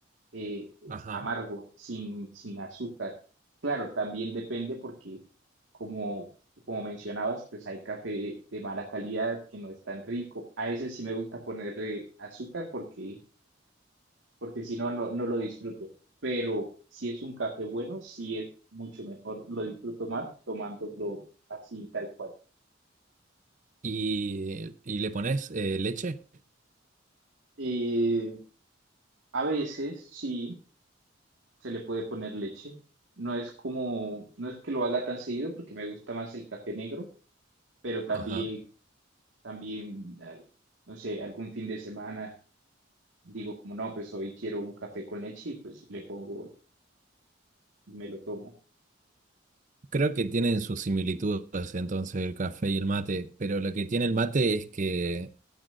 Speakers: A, on the right; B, on the right.
A: eh,
B: Ajá.
A: amargo, sin, sin azúcar. Claro, también depende porque, como, como mencionabas, pues hay café de mala calidad que no es tan rico. A ese sí me gusta ponerle azúcar porque, porque si no, no, no lo disfruto. Pero si es un café bueno, sí es mucho mejor, lo disfruto más tomándolo así, tal cual.
B: Y, y le pones eh, leche.
A: Eh, a veces sí se le puede poner leche. No es como, no es que lo haga tan seguido porque me gusta más el café negro pero también,
B: Ajá.
A: también, eh, no sé, algún fin de semana digo como no, pues hoy quiero un café con leche y pues le pongo y me lo tomo.
B: Creo que tienen sus similitudes entonces el café y el mate, pero lo que tiene el mate es que